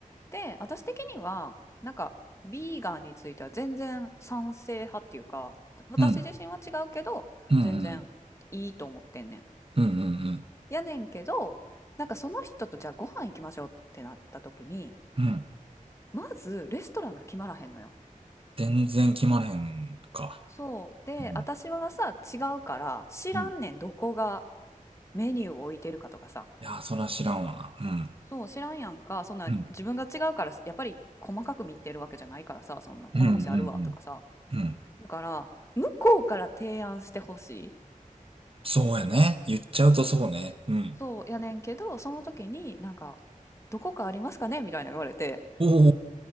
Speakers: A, on the left; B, on the right.
A: で、私的には、なんか、ビーガンについては全然賛成派っていうか、私自身は違うけど、
B: うん、うん、うん、
A: 全然いいと思ってんねん。
B: うん、うん、
A: やねんけど、なんかその人とじゃあご飯行きましょうってなった時に、
B: うん。
A: まずレストランが決まらへんのよ。
B: 全然決まれへんか。
A: そう。で、
B: うん、
A: 私はさ、違うから、知らんねん、
B: うん。
A: どこがメニューを置いてるかとかさ
B: いやー、そら知らんわな。う
A: そう知らんやんかそんな自分が違うからやっぱり細かく見てるわけじゃないからさそんなこの店あるわとかさ
B: ん、うん、うん、うん、うんうん。うん
A: だから向こうから提案してほしい
B: そうやね。言っちゃうとそうね。うん。
A: そうやねんけどその時になんか「どこかありますかね?」みたいな言われて
B: おーおーおー